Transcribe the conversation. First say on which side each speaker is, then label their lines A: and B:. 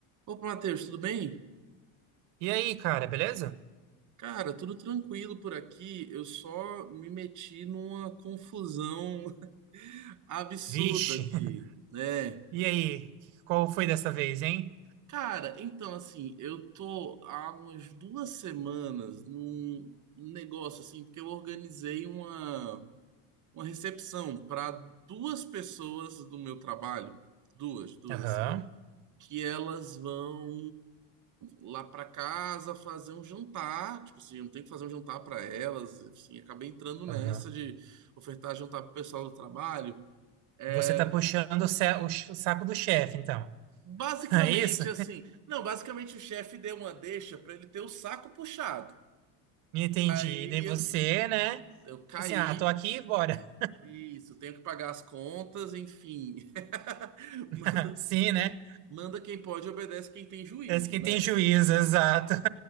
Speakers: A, on the right (about 40°); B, on the right (about 80°).
A: Opa, Matheus, tudo bem?
B: E aí, cara, beleza?
A: Cara, tudo tranquilo por aqui. Eu só me meti numa confusão <laughs> absurda
B: Vixe.
A: aqui,
B: <laughs>
A: né?
B: E aí, qual foi dessa vez, hein?
A: Cara, então assim, eu tô há umas duas semanas num negócio assim, porque eu organizei uma, uma recepção para duas pessoas do meu trabalho, duas, duas
B: Aham,
A: assim. que elas vão lá pra casa fazer um jantar, tipo assim, eu não tenho que fazer um jantar pra elas, assim, acabei entrando nessa
B: aham.
A: de ofertar jantar pro pessoal do trabalho. É,
B: Você tá puxando o, ce- o ch- o saco do chefe, então.
A: Basicamente
B: <laughs> É isso?
A: assim, não, basicamente o chefe deu uma deixa pra ele ter o saco puxado.
B: Me entendi.
A: E
B: E daí você,
A: eu,
B: né?
A: eu caí,
B: Assim, ah, tô aqui, bora.
A: isso, tenho que pagar as contas, enfim. <laughs>
B: <laughs>
A: Manda,
B: Sim, né?
A: manda quem pode, obedece quem tem juízo,
B: Parece que
A: né?
B: tem juízo, exato. <laughs>